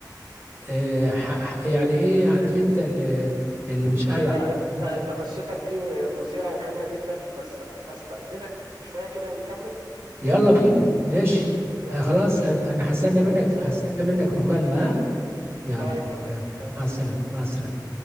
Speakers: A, on the right; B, on the right.
A: آه، ح- ح- يعني ايه عارف انت اللي, اللي مش قاعد
B: هي
A: على
B: انت
A: بعضه
B: انت قصتك دي مثيرة وحلوة جدا بس استأذنك شوية كده ونكمل
A: يلا بينا ماشي
B: يلا
A: آه خلاص
B: ماشي
A: انا
B: يلا
A: أنا هستنى
B: يلا
A: منك
B: سلام
A: هستنى منك مكالمة
B: ف-
A: آه؟ يلا
B: طيب تمام
A: يلا
B: يلا
A: مع
B: سلام
A: السلامة مع السلامة